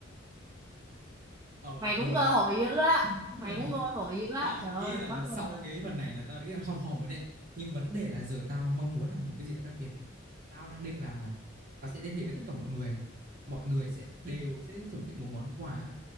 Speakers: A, on the right (about 45°); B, on the right (about 15°).
A: Ờ
B: mày
A: được
B: cũng
A: rồi
B: cơ hội dữ á
A: <laughs>
B: mày cũng cơ hội dữ á
A: Tao
B: trời
A: nghĩ
B: ơi
A: là
B: quá
A: sau
B: rồi
A: cái phần này là tao đã nghĩ là hòm hòm rồi đấy Nhưng vấn đề là giờ tao mong muốn là một cái gì đó đặc biệt nhỉ Tao đang định là Tao sẽ liên hệ với tất cả mọi người Mọi người sẽ đều sẽ chuẩn bị một món quà